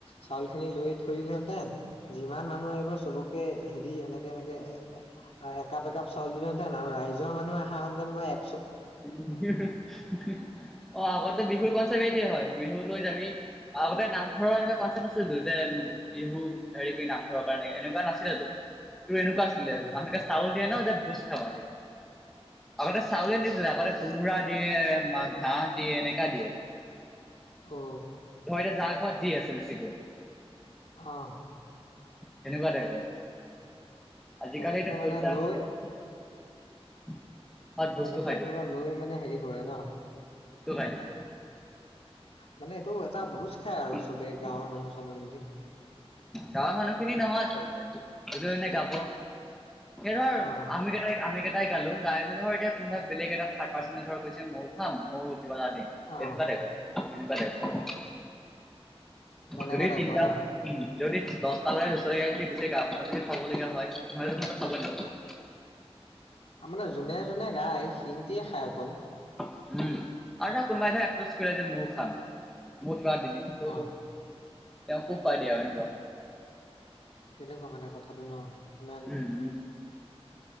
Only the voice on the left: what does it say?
চাউলখিনি লৈ থৈ দিলোহেতেন যিমান মানুহ আহিব চবকে হেৰি এনেকে এনেকে একাপ একাপ চাউল দিলহেতেন আৰু ৰাইজৰ মানুহে আহা হেতেন মই এ
উম
অ।
অহ।
তেনেকে মানে
লৈ
তেনেকে
পুৰা
লৈ মানে হেৰি কৰে ন।
মানে এইটো এটা ভোজ খাই আৰু
চবে গাঁৱৰ মানুহ চানুহ মিলি
অ
আহ
তেনেকা
টাইপৰ
ন
আ মানে যোনে যোনে গাই শিনটিয়ে খায় অকল।
অ
তেনেকুৱা মানে কথাটো ন। ইমান